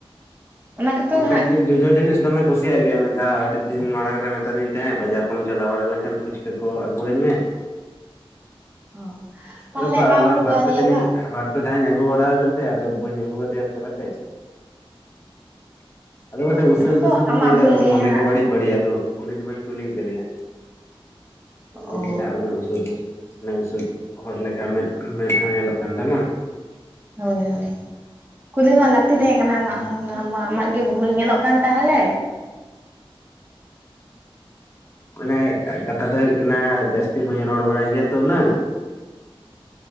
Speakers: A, on the right; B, on the left.
A: ᱚᱱᱟ ᱜᱮᱛᱚ
B: <unintelligible>
A: ᱦᱟᱸᱜ
B: ᱡᱚᱡᱚ ᱡᱤᱱᱤᱥ ᱫᱚᱢᱮ ᱠᱩᱥᱤᱭᱟᱜ ᱜᱮᱭᱟ ᱢᱤᱫᱷᱟᱣ ᱟᱹᱰᱤ ᱫᱤᱱ ᱢᱟᱲᱟᱝ ᱨᱮ ᱢᱮᱛᱟᱫᱤᱧ ᱛᱟᱦᱮᱸᱫ ᱵᱟᱡᱟᱨ ᱠᱚᱢ ᱪᱟᱣ ᱵᱟᱲᱟ ᱞᱮᱱᱠᱷᱟᱱ ᱯᱷᱩᱪ ᱠᱚ ᱟᱹᱜᱩᱣᱟᱧ ᱢᱮ
A: <inaudible>
B: <inaudible>
A: ᱵᱟᱢ ᱟᱹᱜᱩ
B: ᱵᱟᱨ
A: ᱠᱟᱣᱫᱮᱭᱟ
B: ᱯᱮ ᱫᱤᱱ
A: ᱵᱟᱝ?
B: ᱤᱧ <inaudible> ᱯᱮ ᱫᱷᱟᱣ ᱤᱧ ᱟᱹᱜᱩ ᱵᱟᱲᱟ ᱟᱫᱮ ᱛᱮ ᱟᱫᱚ ᱵᱟᱹᱧ ᱟᱹᱜᱩᱣᱟᱫᱮ ᱯᱚᱨᱮᱛᱮ ᱟᱫᱚ ᱢᱤᱫᱴᱮᱡ
A: ᱚ
B: ᱩᱥᱟᱹᱫᱼᱩᱥᱟᱹᱫ
A: ᱚᱱᱟ ᱫᱚ ᱟᱢᱟᱜ
B: ᱤᱧ ᱧᱮᱞᱮ
A: ᱵᱷᱩᱞ
B: ᱨᱮᱦᱚᱸ
A: ᱜᱮ
B: ᱢᱚᱱᱮ
A: ᱦᱟᱸᱜ
B: ᱠᱚ ᱵᱟᱹᱲᱤᱡ ᱵᱟᱹᱲᱤᱡ ᱟᱫᱚ ᱠᱩᱞᱤ ᱫᱚ ᱵᱟᱹᱧ ᱠᱩᱞᱤ ᱠᱟᱫᱮᱭᱟ ᱡᱮ
A: ᱚ
B: ᱪᱮᱫᱟᱜ ᱩᱱᱟᱹᱜ ᱩᱥᱟ. ᱫᱚ ᱩᱱᱟᱜ ᱩᱥᱟᱹᱫ ᱦᱚᱨ ᱞᱮᱠᱟ ᱢᱮᱫ ᱢᱮᱫᱦᱟ ᱧᱮᱞᱚᱜ ᱠᱟᱱ ᱛᱟᱢᱟ
A: ᱦᱳᱭ ᱦᱳᱭ ᱠᱩᱞᱤ ᱨᱮᱱᱟᱜ ᱞᱟᱹᱠᱛᱤ ᱛᱟᱦᱮᱸ ᱠᱟᱱᱟ ᱟᱢᱟᱜ ᱦᱚᱸ ᱚᱱᱟ ᱢᱟ ᱟᱢᱟᱜ ᱜᱮ ᱵᱷᱩᱞ ᱧᱮᱞᱚᱜ ᱠᱟᱱ ᱛᱟᱦᱚᱞᱮ
B: ᱢᱟᱱᱮ ᱠᱟᱛᱷᱟ ᱫᱚ ᱦᱩᱭᱩᱜ ᱠᱟᱱᱟ ᱡᱟᱹᱥᱛᱤ ᱵᱟᱹᱧ ᱨᱚᱲ ᱵᱟᱲᱟᱭ ᱜᱮᱭᱟ ᱛᱚ ᱩᱱᱟᱹᱜ